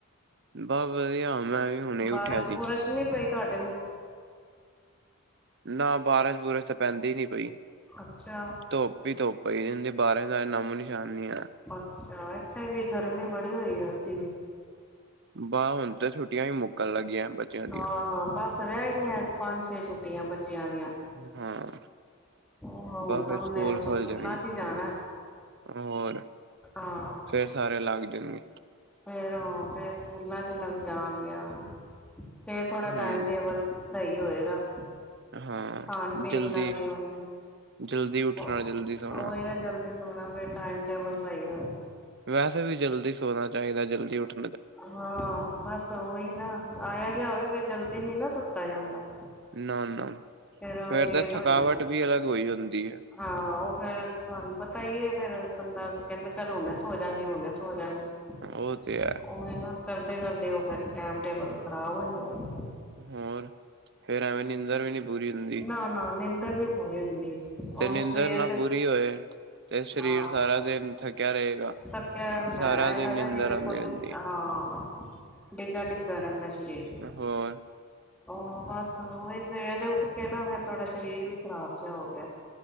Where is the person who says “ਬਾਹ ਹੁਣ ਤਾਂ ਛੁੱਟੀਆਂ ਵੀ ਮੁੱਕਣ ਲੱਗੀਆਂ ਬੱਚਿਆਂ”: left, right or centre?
Right